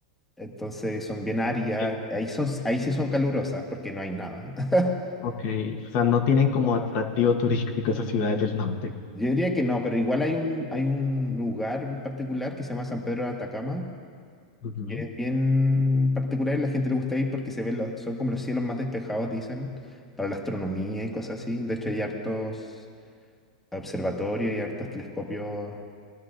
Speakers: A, in the centre; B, on the left.
A: entonces son bien áridas.
B: ok,
A: Ahí son, ahí sí son calurosas porque no hay nada. <laughs>
B: ok. O sea, no tienen como atractivo <laughs> turístico esas ciudades del norte.
A: Yo diría que no, pero igual hay un, hay un lugar en particular que se llama San Pedro de Atacama,
B: Ujú.
A: que es bien particular y la gente le gusta ir porque se ven los- son como los cielos más despejados, dicen, para la astronomía y cosas así. De hecho, hay hartos observatorios y hartos telescopios